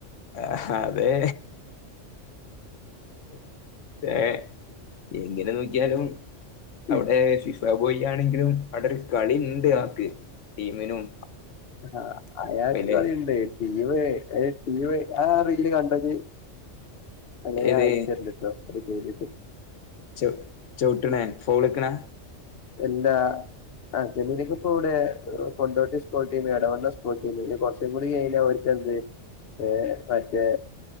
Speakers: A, on the left; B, on the left.
A: ആഹാ അതെ.
B: ഒ
A: ഏഹ് എങ്ങനെനോക്കിയാലും
B: ഈ
A: അവിടെ ഫിഫ് പോയി ആണെങ്കിലും അവിടെ ഒരു കളി ഇണ്ട് ആൾക്ക് ടീമിനും.
B: ആ അയാക്ക്
A: പിന്നെ
B: കളിണ്ട് ടീമ് എ ടീമ് ആ റീയിൽ കണ്ടജി. അലേൽ
A: ഇത്
B: ഞാൻ അയ ച്ച് തരണ്ട്ട്ടോ അത് കയിഞ്ഞിട്ട്.
A: ച്ചൊ ചൊവ്ട്ടെണെ ഫൗൾക്കണേ
B: എല്ലാ അർജന്റീനക്ക് ഇപ്പോ ഇവിടെ Kondotty school team Edavanna school team ഇനികൊറ റച്ചുംകൂടികയ്ഞ്ഞ ഓർക്കെന്ത്‌ ഏ മറ്റേ